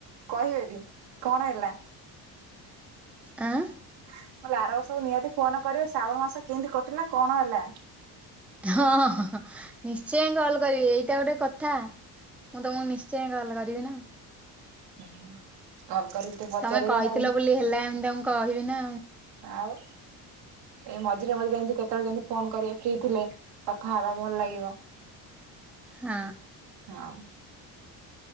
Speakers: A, on the right; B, in the centre.
A: କହିବେ ବି କଣ ହେଲା?
B: ଆଁ?
A: ମୁଁ କହିଲି ଆର ବର୍ଷବୁ ନିହାତି ଫୋନ କରିବେ ଶ୍ରାବଣ ମାସ କେମିତି କଟିଲା କଣ ହେଲା?
B: ହଁ ହଁ ନିଶ୍ଚୟ ହିଁ କଲ କରିବେ ଏଇଟା ଗୋଟେ କଥା। ମୁଁ ତମକୁ ନିଶ୍ଚୟ କଲ କରିବି ନା।
A: <inaudible> କରିକି ଟିକେ ପଚାରିବେ
B: ତମେ କହିଥିଲ
A: ନା
B: ବୋଲି ହେଲା ଏମିତି ତମକୁ କହିବି ନା।
A: ଆଉ? ଏ ମଝିରେ ମଝିରେ ଏମିତି କେତେବେଳେ କେମିତି ଫୋନ କରିବେ ଫ୍ରି ଥିଲେ କଥା ହବା ଭଲ ଲାଗିବ।
B: ହଁ।
A: ହଁ।